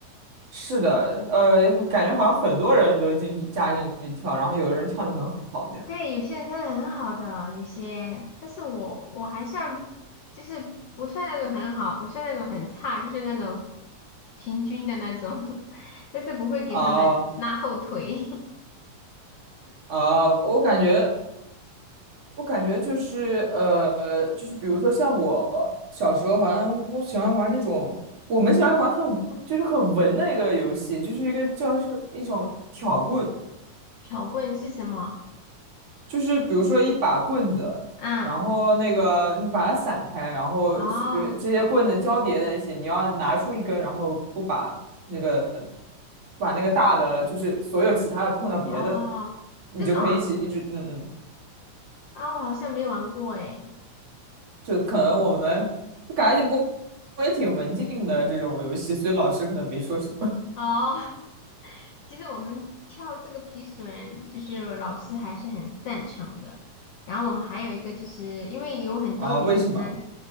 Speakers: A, on the right; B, on the left.
A: 是的，呃，感觉好像很多人都进去加进去跳，然后有的人跳的很好那样。
B: 对，有些人跳的很好的，有些，但是我我还算，就是不算那种很好，不算那种很差，就是那种平均的那种，<laughs> 但是不会给他们拉后腿。
A: 啊啊，我感觉，我感觉就是呃，就是比如说像我小时候，好像我喜欢玩那种，
B: <laughs>
A: 我们喜欢玩很就是很文的一个游戏，
B: 啊，
A: 就是一个叫是一种挑棍。
B: 巧棍是什么？
A: 就是比如说一把棍子，
B: 嗯，
A: 然后那个你把它散开，然后是比如这些棍子交叠在一起，
B: 哦。
A: 你要拿出一根，然后不把那个把那个大的，就是所有其他的碰到别的，
B: 哦，
A: 你就可以一起一直嗯嗯，
B: 这种啊，啊，我好像没玩过诶。
A: 就可能我们就感觉不我也挺文静的这种游戏，所以老师可能没说什么
B: 哦，<laughs> 其实我们跳这个皮绳，就是我老师还是很赞成的。然后我们还有一个，就是因为有很多女生，
A: <laughs> 啊？为什么？